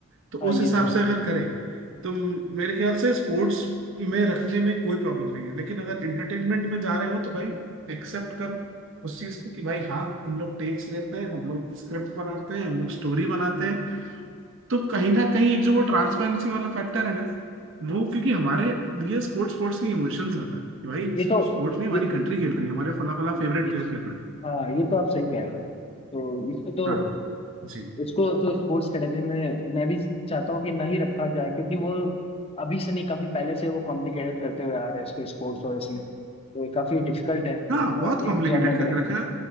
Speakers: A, on the right; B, on the left.
A: तो
B: हाँ
A: उस
B: ये
A: हिसाब
B: तो है
A: से अगर करें तो म- मेरे ख्याल से स्पोर्ट्स में रखने में कोई प्रॉब्लम नहीं है लेकिन अगर एंटरटेनमेंट में जा रहे हो तो भाई एक्सेप्ट करो उस चीज को कि भाई हाँ हम लोग टेक्स लेते हैं हम लोग स्क्रिप्ट बनाते हैं हम लोग स्टोरी बनाते हैं तो कहीं ना कहीं एक जो वो ट्रांसपेरेंसी वाला फैक्टर है ना वो क्योंकि हमारे लिए स्पोर्ट्स स्पोर्ट्स नहीं इमोशंस रहता है कि भाई
B: ये तो
A: स्पोर्ट्स नहीं
B: ये
A: हमारी कंट्री खेल रही है हमारे फला फला फेवरेट
B: ये
A: प्लेयर खेल रहे हैं
B: हाँ ये तो आप सही कह रहे हो तो इसको तो
A: हाँ जी
B: इसको तो स्पोर्ट्स कैटेगरी में मैं भी चाहता हूँ कि ना ही रखा जाए क्योंकि वो अभी से नहीं काफी पहले से वो कॉम्प्लिकेटेड करते हुए आ रहे हैं इसको स्पोर्ट्स और इसमें तो ये काफी डिफिकल्ट है
A: हाँ
B: अ,
A: बहुत
B: एक
A: कॉम्प्लिकेटेड
B: जॉनर में
A: करके
B: रखना
A: रखा है